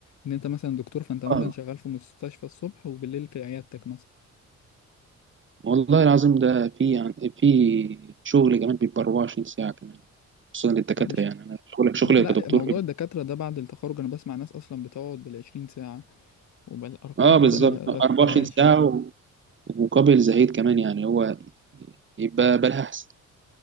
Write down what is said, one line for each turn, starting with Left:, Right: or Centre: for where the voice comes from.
Left: ان انت مثلا دكتور فانت مثلا
Right: آه
Left: شغال في مستشفى الصبح وبالليل في عيادتك مثلا
Right: والله العظيم ده في يعني في شغل كمان بيبقى 24 ساعة كمان خصوصا للدكاترة
Left: مش
Right: يعني أنا شغلك شغلي
Left: لا
Right: كدكتور
Left: موضوع
Right: بيبقى-
Left: الدكاتره ده بعد التخرج انا بسمع ناس اصلا بتقعد بالعشرين ساعه وبالارقام
Right: آه
Left: كده
Right: بالظبط
Left: انا ما اتخيلهاش
Right: 24 ساعة
Left: يعني
Right: و- ومقابل زهيد كمان يعني هو يبقى بالها أحسن